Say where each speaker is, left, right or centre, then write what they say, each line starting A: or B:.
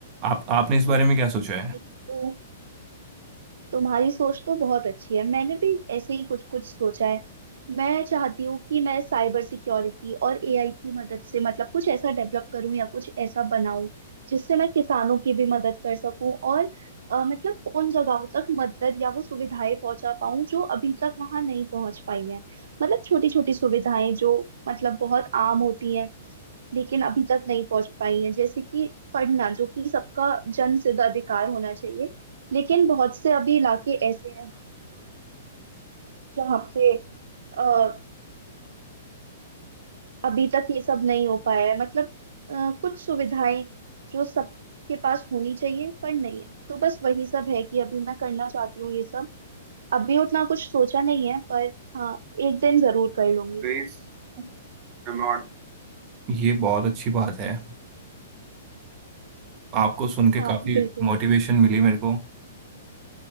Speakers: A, on the right; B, on the right.
A: आप आपने इस बारे में क्या सोचा है
B: ये तो तुम्हारी सोच तो बहुत अच्छी है मैंने भी ऐसे ही कुछ कुछ सोचा है मैं चाहती हूँ कि मैं साइबर सिक्योरिटी और एआई की मदद से मतलब कुछ ऐसा डेवलप करूँ या कुछ ऐसा बनाऊं जिससे मैं किसानों की भी मदद कर सकूं और अ, मतलब उन जगहों तक मदद या वो सुविधाएं पहुंचा पाऊं जो अभी तक वहां नहीं पहुंच पाई हैं मतलब छोटी छोटी सुविधाएं जो मतलब बहुत आम होती हैं लेकिन अभी तक नहीं पहुंच पाई है जैसे कि पढ़ना जो कि सबका जन सिद्ध अधिकार होना चाहिए लेकिन बहुत से अभी इलाके ऐसे हैं जहाँ पे अ, अभी तक ये सब नहीं हो पाया है मतलब अ, कुछ सुविधाएं जो सबके पास होनी चाहिए पर नहीं है तो बस वही सब है कि अभी मैं करना चाहती हूँ ये सब अभी उतना कुछ सोचा नहीं है पर हाँ एक दिन जरूर कर लूंगी
A: प्लीज एम नॉट ये बहुत अच्छी बात है आपको सुन के
B: हाँ
A: काफी
B: बिल्कुल
A: मोटिवेशन मिली मेरे को